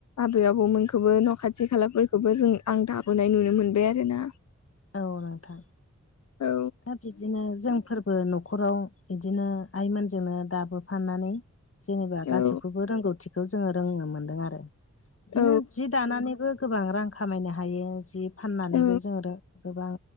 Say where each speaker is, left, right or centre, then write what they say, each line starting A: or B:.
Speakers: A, on the left (about 65°); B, on the left (about 50°).
A: आबै आबौमोनखौबो न' खाथि खालाफोरखौबो जों आं दाबोनाय नुनो मोनबाय आरोना
B: औ नोंथां
A: औ
B: दा बिदिनो जोंफोरबो जोंबो न'खराव इदिनो आइमोनजोंनो दाबो फानानै जेनोबा
A: औ
B: गासैखौबो रोंगौथिखौ जोंङो रोंनो मोन्दों आरो बिदिनो
A: औ
B: जि दानानैबो गोबां रां खामायनो हायो जि फाननानैबो
A: औ
B: जोंङो रो गोबां